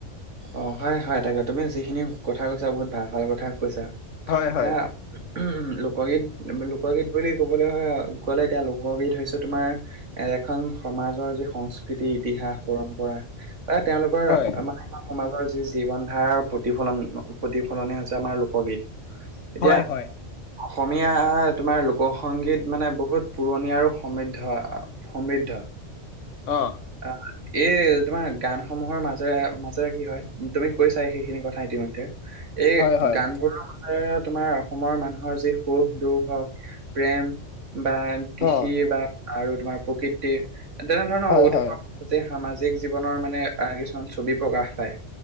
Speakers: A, on the right; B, on the left.
A: অ', -হয়-হয় তাকে, তুমি যিখিনি কথা কৈছা বহুত ভাল-ভাল কথা কৈছা।
B: হয় হয়
A: এতিয়া- লোকগীত, লোকগীত বুলি ক'বলৈ হয় গ'লে এতিয়া লোকগীত হৈছে তোমাৰ- এ' এখন সমাজৰ যি সংস্কৃতি, ইতিহাস, পৰম্পৰা বা তেওঁলোকৰ
B: হয়
A: মানে- আৰু সমাজৰ যি জীৱন ধাৰাৰ প্ৰতিফলন প্ৰতিফলনে হৈছে আমাৰ লোকগীত। এতিয়া-
B: হয় হয়
A: অসমীয়া তোমাৰ লোক সংগীত মানে বহুত পুৰণি আৰু সমৃদ্ধ। সমৃদ্ধ।
B: অঁহ',।
A: অহ', এই তোমাৰ গানসমূহৰ মাজেৰে মাজ- কি হয় তুমি কৈছাই সেইখিনি কথা ইতিমধ্যে। এই
B: হয় হয়
A: গানবোৰৰ- তোমাৰ অসমৰ মানুহৰ যি সুখ-দুখ হওঁক প্ৰেম- বা কৃষি
B: অ
A: বা আৰু তোমাৰ প্ৰকৃতি তেনে ধৰণৰ
B: হয়
A: উৎসৱ-
B: হয়
A: গোটেই সামাজিক জীৱনৰ মানে আঁহ' কিছুমান ছবি প্ৰকাশ পায়।